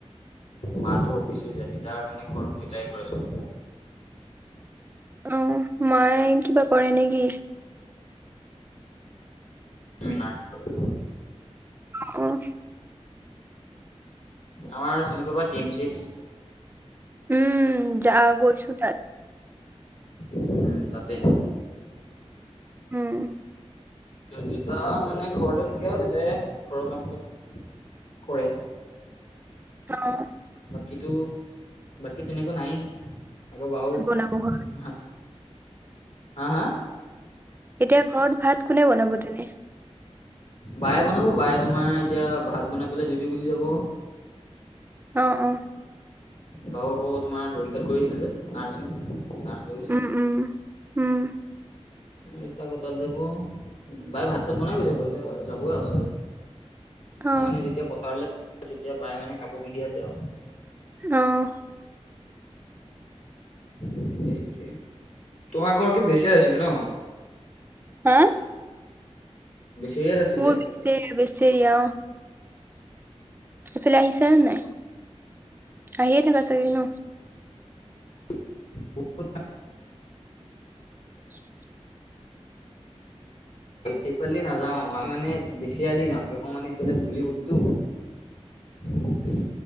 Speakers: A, on the left (about 85°); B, on the right (about 20°).
A: মাতো অফিচে যায়, দেতা মানে ঘৰত দেতাই কৰে চব।
B: উম, মায়ে কিবা কৰে নেকি?
A: <unintelligible>
B: অ' উ
A: আমাৰ চিনি পাবা টি এম চি এইচ।
B: উম, যা গৈছো তাত।
A: উম, তাতে।
B: উম।
A: দেউতা মানে ঘৰতে থাকে আৰু দেউতাই ঘৰৰ কাম বিলাক কৰে
B: আমাও
A: কিন্তু বাকী তেনেকুৱা নাই আকৌ বাও
B: বনাব ঘৰত
A: হা হা
B: এতিয়া ঘৰত ভাত কোনে বনাব তেনে?
A: বায়ে বনাব বায়ে তোমাৰ এতিয়া ভাত বনাই পেলাই ডিউটি গুচি যাব।
B: অ' অ'।
A: বাও আকৌ তোমাৰ দৰিকাত কৰি আছে যে নাৰ্ছিং নাৰ্ছ কৰি
B: উম, উম।
A: এতিয়া আকৌ তাত যাব। বাই ভাত চাত বনাই গৈছে ব এতিয়া যাবই আৰু চাগে।
B: অ
A: মই মানে যেতিয়া পথাৰলৈ তেতিয়া বায়ে মানে কাপোৰ পিন্ধি আছে আৰু।
B: অ'।
A: সেইটোৱেই, ‌তোমাৰ ঘৰ কি বেছি আছিল ন?
B: হা?
A: বেছেৰিয়াত আছিলে
B: মোৰ বেচেৰিয়া বেচেৰিয়া অ'। এইফালে আহিছা নে নাই আহিয়ে থাকা চাগে ন?
A: <unintelligible>
B: <unintelligible>
A: এইফালে নাযাও আমি মানে বেছি আৰি যাওঁ কেক মানে ইফালে ধূলি বহুততো। <inaudible>